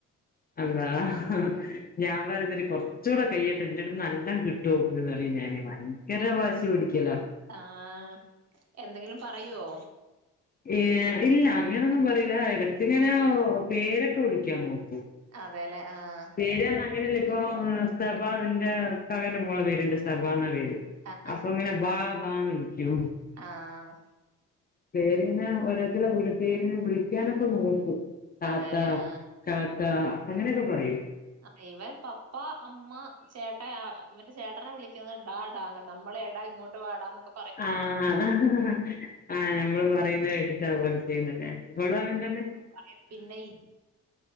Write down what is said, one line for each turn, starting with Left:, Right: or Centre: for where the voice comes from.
Left: ആഹ് അള്ളാ ഞാൻ പറയും ഇന്നട്ട് കൊർച്ചുടെ കെയ്യട്ടെ. ഇന്റെട്ത് ന്ന് നല്ലം കി ട്ടോക്ക് ന്ന് പറയും ഞാന് ഭയങ്കര വാശി പിടിക്ക്യലാ
Right: ആഹ് എന്തെങ്കിലും പറയ്വോ
Left: ഏഹ് ഇല്ല അങ്ങനെ ഒന്നും പറീല എടക്ക് ഇങ്ങനെ ഓ പേരെക്കെ വിളിക്കും ക്ക്യാൻ നോക്ക്
Right: അതേല്ലെ ആഹ് ആഹ്
Left: പേര് അർഞ്ഞാ അങ്ങനല്ല ഇപ്പോ സ്തഭാന്ന ഇന്റെ ഇക്കാക്കാന്റെ മോളെ പേര്ണ്ട് സ്തഭാന്നാ പേര്
Right: ആഹ്
Left: അപ്പൊ ഇങ്ങനെ ബാ ബാ ന്ന് വിളിക്ക്യും
Right: ആഹ്
Left: പേരിങ്ങനെ ഓരോര്ത്തെര്ടെ വിളി പേരിങ്ങനെ വിളിക്കാനൊക്കെ നോക്കും താത്ത
Right: അതെല്ലേ ആഹ്
Left: കാക്ക അങ്ങനെയൊക്കെ പറയും
Right: ആഹ് ഇവൻ പപ്പ അമ്മ ചേട്ടാ ആഹ് ഇവന്റെ ചേട്ടനെ വിളിക്കുന്നെ ടാടാന്നാ നമ്മള് എടാ ഇങ്ങോട്ട് വാടാന്നൊക്ക
Left: ആഹ് ആഹ് ഞമ്മള് പറയുന്ന കേട്ടിട്ട് അതുപോലെ ചെയ്യുന്നത് അല്ലെ ഇവടും അങ്ങൻതന്നെ
Right: പ <unintelligible> യം പിന്നെ ഇ